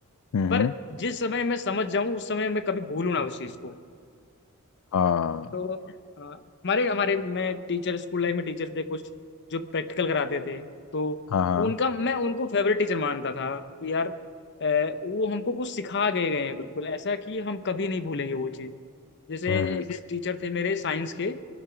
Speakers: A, on the left; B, on the left.
A: हम्म
B: पर
A: हम्म।
B: जिस समय मैं समझ जाऊं उस समय मैं कभी भूलूं ना उस चीज़ को
A: हाँ
B: तो अ, हमारे हमारे में टीचर स्कूल लाइफ में टीचर थे कुछ जो प्रैक्टिकल कराते थे तो
A: हाँ हाँ
B: उनका मैं उनको फेवरेट टीचर मानता था कि यार अ, वो हमको कुछ सिखा गए गए हैं बिल्कुल ऐसा कि हम कभी नहीं भूलेंगे वो चीज़ जैसे
A: हम्म हम्म,
B: एक टीचर थे मेरे साइंस के